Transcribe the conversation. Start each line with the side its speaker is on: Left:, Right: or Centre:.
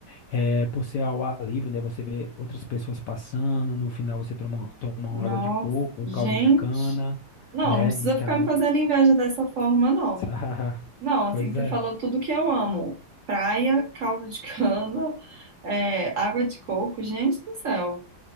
Left: É, por ser ao ar livre, né? Você vê outras pessoas passando, no final você toma, toma
Right: Nossa,
Left: uma água de coco,
Right: gente.
Left: um caldo de cana,
Right: Não,
Left: né?
Right: não precisa
Left: Então,
Right: ficar me fazendo inveja dessa forma, não.
Left: <laughs>
Right: Não,
Left: pois
Right: assim, você
Left: é.
Right: falou tudo que eu amo. Praia, caldo de cana, é, água de coco, gente do céu.